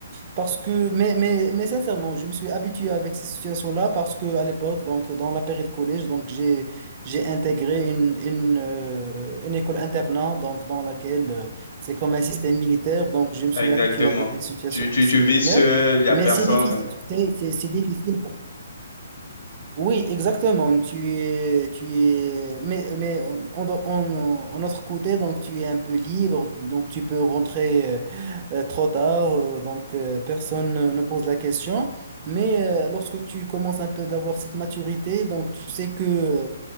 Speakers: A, on the right; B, on the left.
A: parce que, mais, mais, mais sincèrement, je me suis habitué avec ces situations-là parce que à l'époque, donc dans la période collège, donc j'ai j'ai intégré une, une, euh, une école internat, donc dans laquelle euh, c'est comme un système militaire, donc je me suis
B: exactement.
A: habitué avec des situations
B: Tu, tu,
A: similaires,
B: tu vis seul, il n'y a
A: mais
B: personne.
A: c'est difficile, tu sais, c'est c'est difficile. Oui, exactement. Tu es, tu es, mais, mais en, en, en- en autre côté, donc tu es un peu libre, donc tu peux rentrer euh, euh, trop tard, euh, donc euh, personne ne ne pose la question. Mais euh, lorsque tu commences un peu d'avoir cette maturité, donc tu sais que euh,